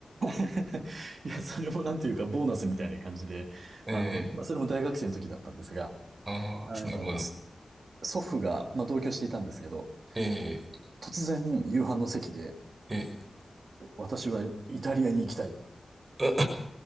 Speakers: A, on the right (about 65°); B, on the right (about 40°).
A: <laughs> いや、それもなんていうか、ボーナスみたいな感じで、
B: <laughs>
A: あの、
B: ええ。
A: まあそれも大学生の時だったんですが、
B: ああ、
A: あの、
B: なるほど。
A: そ祖父が、まあ、同居していたんですけど、
B: ええ、
A: 突然夕飯の席で、
B: え
A: 私はイタリアに行きたい <laughs> っ
B: え、う